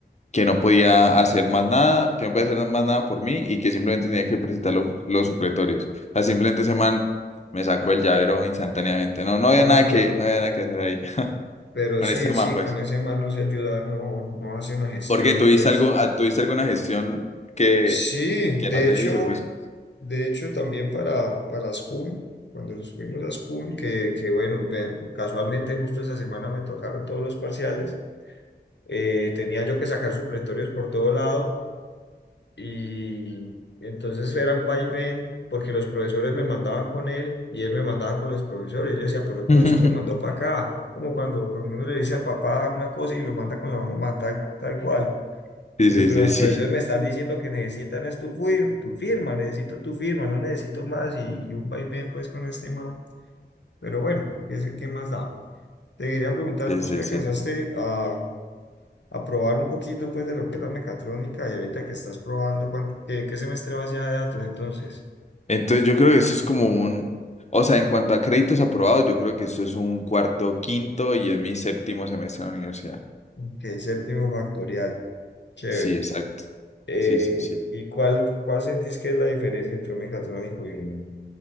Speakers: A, on the left; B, on the left.
A: que no podía hacer más nada, que no podía hacer más nada por mí y que simplemente tenía que presentar los, los supletorios. O sea, simplemente ese man me sacó el llavero instantáneamente. No, no había
B: No,
A: nada
B: pero,
A: que, no había nada que hacer ahí <laughs>
B: pero
A: con
B: sí,
A: ese
B: sí,
A: man, pues.
B: con ese man no se ayuda, no, no hace una gestión,
A: Porque tuviste
B: pues.
A: algo, ah, tuviste alguna gestión que,
B: Sí,
A: que
B: de
A: no te
B: hecho,
A: hizo algo así.
B: de hecho también para, para School, cuando nos fuimos a School, que, que bueno, ve- casualmente justo esa semana me tocaron todos los parciales. eh, tenía yo que sacar supletorios por todo lado y entonces era un vaivén porque los profesores me mandaban con él y él me mandaba con los profesores. Yo decía, pero el profesor
A: <laughs>
B: me mandó para acá, como cuando, cuando uno le dice al papá una cosa y lo manda con la mamá tal, tal cual.
A: Sí,
B: Yo,
A: sí,
B: pero
A: sí,
B: los
A: sí,
B: profesores me están diciendo que necesitan es tu, fui- tu firma, necesito tu firma, no necesito más y, y un vaivén pues con este man. Pero bueno, ¿qué, se- qué más da? Te quería preguntar,
A: sí,
B: ¿vos
A: sí,
B: que alcanzaste
A: sí.
B: a, a probar un poquito pues de lo que es la mecatrónica y ahorita que estás probando, ¿cuánto- ¿qué, qué semestre vas ya de datos entonces?
A: Entonces yo creo que eso es como un, o sea, en cuanto a créditos aprobados, yo creo que eso es un cuarto, quinto y es mi séptimo semestre en la universidad.
B: Ok, séptimo factorial, chévere.
A: Sí, exacto.
B: Eh,
A: Sí, sí, sí.
B: ¿y cuál, cuál sentís que es la diferencia entre un mecatrónico y un,